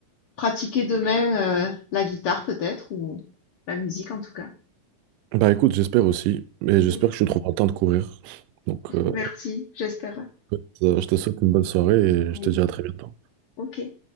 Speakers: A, on the left; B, on the right.
A: pratiquer demain, heu, la guitare peut-être ou la musique en tout cas.
B: bah écoute, j'espère aussi, et j'espère
A: Mmh.
B: que je trouverai le temps de courir. Donc euh,
A: Merci, j'espère.
B: écoute, euh, je te souhaite une bonne soirée et
A: Oui.
B: je te dis à très bientôt.
A: OK.